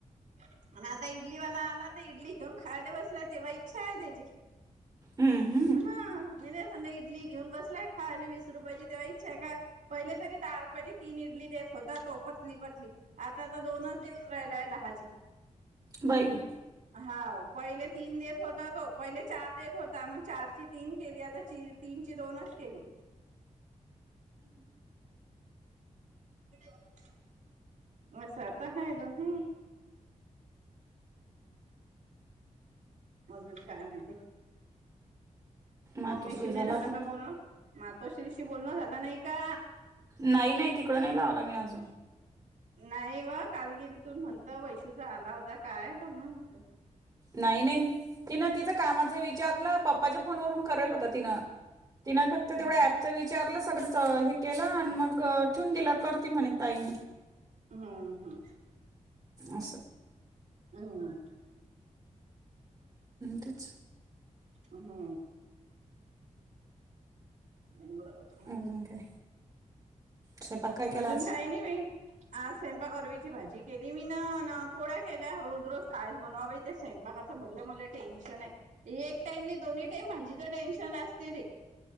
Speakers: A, on the right (about 85°); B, on the right (about 30°).
A: आणि आता इडली वाला आला तर इडली घेऊन खायला बसला तेव्हा इच्छा हाय त्येची.
B: हू.
A: हां. <unintelligible> इडली घेऊन बसलाय खाली वीस रुपयाची तेव्हा इच्छा आहे का पहिले तरी दहा रुपयाची तीन इडली देत होता तो पतली पतली. आता तो दोनच देऊन राहिलाय दहाची.
B: बाई.
A: हां वो, पहिले तीन देत होता तो. पहिले चार देत होता मग चारची तीन केली आता तीनची दोनच केली. <inaudible> मस्त आता हाय तो. हूं. अजून काय म्हणते?
B: मातोश्री
A: मम्मीशी नाही
B: झाला
A: झालं
B: फोन
A: का बोलणं? मातोश्रीशी बोलणं झालं नाही का?
B: नाही नाही तिकडं नाही लावला मी अजून.
A: नाही व काल गिल तून म्हणतं वैशुचा आला होता काय त म्हण
B: नाही नाही. तिन तिचं कामाच विचारलं पप्पाच्या फोन वरून करल होत तिनं. तिनं फक्त
A: हम्म
B: तेवढ्या ॲपच विचारलं स हे केलं आणि मग ठेवून दिलं करती म्हणे ताई मी
A: हम्म हम्म
B: असे.
A: हम
B: तेच
A: हा बरोबर
B: अजून काय स्वयंपाक काय केला
A: अजून
B: आज
A: काही नाही बाई आज स्वयंपाक अरवीची भाजी केली मी ना ना पोळ्या केल्या रोज रोज कायच बनवावे त्या स्वयंपाकाचं भलं मलं टेन्शन आहे. एक टाइम नि दोन्ही टाईम माझी तर टेन्शन असते ते